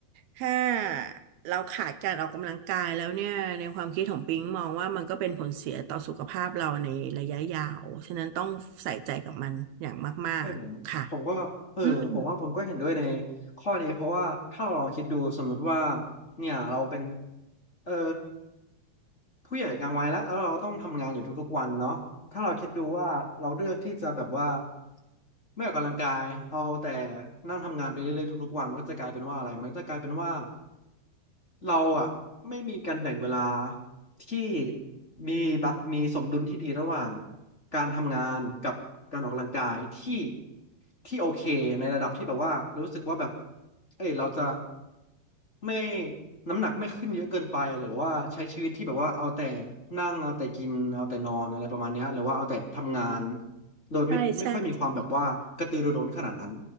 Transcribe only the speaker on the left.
ใช่ไหมผมก็เออผมว่าผมก็เห็นด้วยใน
ข้อนี้เพราะว่าถ้าเราลองคิดดูสมมติว่าเนี่ยเราเป็นเออผู้ใหญ่กลางวัยแล้วแล้วเราต้องทำงานอยู่ทุกๆวันเนาะถ้าเราคิดดูว่าเราเลือกที่จะแบบว่าไม่ออกกำลังกายเอาแต่นั่งทำงานไปเรื่อยๆทุกๆวันมันก็จะกลายเป็นว่าอะไรมันก็จะกลายเป็นว่า เราอ่ะไม่มีการแบ่งเวลาที่มีบะมีสมดุลที่ดีระหว่างการทำงานกับการออกกำลังกายที่ที่โอเคในระดับที่แบบว่ารู้สึกว่าแบบเอ้ยเราจะไม่น้ำหนักไม่ขึ้นเยอะเกินไปหรือว่าใช้ชีวิตที่แบบว่าเอาแต่นั่งเอาแต่กินเอาแต่นอนอะไรประมาณเนี้ยหรือว่าเอาแต่ทำงานโดยไม่ไม่ค่อยมีความแบบว่ากระตือรือร้นขนาดนั้น